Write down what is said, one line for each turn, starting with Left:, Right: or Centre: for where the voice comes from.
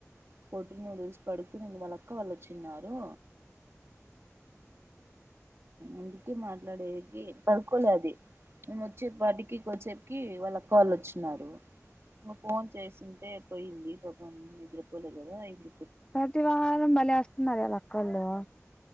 Right: పొటి నూడిల్స్ పడుకునిన వాళ్ళక్క వాళ్ళు వచిన్నారు అందుకే మాట్లాడేది పడుకోలే అది మేము వచ్చే పాటికి కొద్దిసేపుకి వాళ్ళక్కావాళ్ళ వచ్చిన్నారు ఫోన్ చేసింటే పోయింది పాపం నిద్రపోలే కదా ఇందు
Left: ప్రతి వారం బలే వస్తున్నారు కదా అక్కోళ్లు